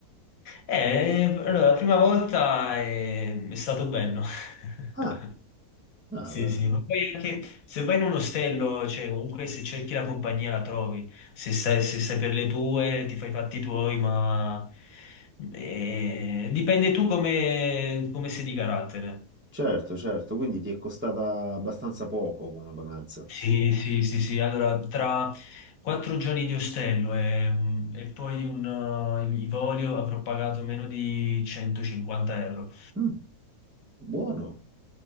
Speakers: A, on the left; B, on the right.
A: Eh, allora, la prima volta è, è stato bello. <laughs>
B: Ah, ah,
A: Sì,
B: eh,
A: sì, ma poi anche se vai in un ostello, cioè comunque se cerchi la compagnia la trovi, se stai, se stai per le tue ti fai i fatti tuoi, ma eh, dipende tu come, come sei di carattere.
B: certo, certo, quindi ti è costata abbastanza poco come vacanza.
A: Sì, sì, sì, sì. Allora, tra quattro giorni di ostello e, mm, e poi un, eh, il- i voli avrò pagato meno di 150 euro.
B: Mm, buono.